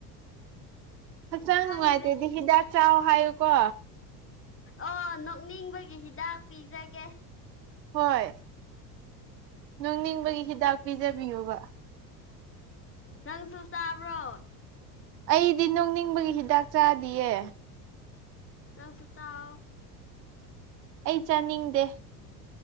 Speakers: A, on the right; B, on the left.
A: ꯍꯛꯆꯥꯡ
B: ꯈꯪꯗꯦ
A: ꯅꯨꯡꯉꯥꯏꯇ꯭ꯔꯗꯤ ꯍꯤꯗꯥꯛ ꯆꯥꯎ ꯍꯥꯏꯌꯨꯀꯣ
B: ꯑꯣ ꯅꯣꯛꯅꯤꯡꯕꯒꯤ ꯍꯤꯗꯥꯛ ꯄꯤꯖꯒꯦ
A: ꯍꯣꯏ ꯅꯣꯛꯅꯤꯡꯕꯒꯤ ꯍꯤꯗꯥꯛ ꯄꯤꯖꯕꯤꯌꯣꯕ
B: ꯅꯪꯁꯨ ꯆꯥꯕ꯭ꯔꯣ
A: ꯑꯩꯗꯤ ꯅꯣꯛꯅꯤꯡꯕꯒꯤ ꯍꯤꯗꯥꯛ ꯆꯥꯗꯤꯌꯦ
B: ꯅꯪꯁꯨ ꯆꯥꯎ
A: ꯑꯩ ꯆꯥꯅꯤꯡꯗꯦ